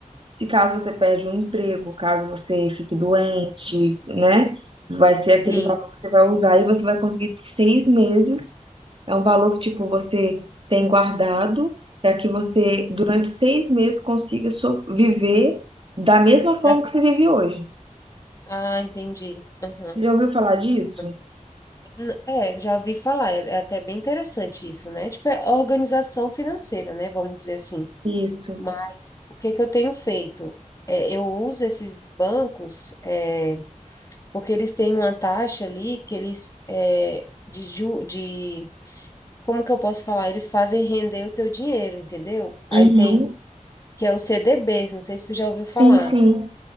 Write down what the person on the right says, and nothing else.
se caso você perde um emprego, caso você fique doente,
né? Vai ser aquele
valor que você vai usar e você vai conseguir seis meses. É um valor que, tipo, você tem guardado para que você, durante
seis meses, consiga so- viver da mesma forma
que você vive
hoje.
Você já ouviu falar disso?
Isso.
Uhum.
Sim, sim.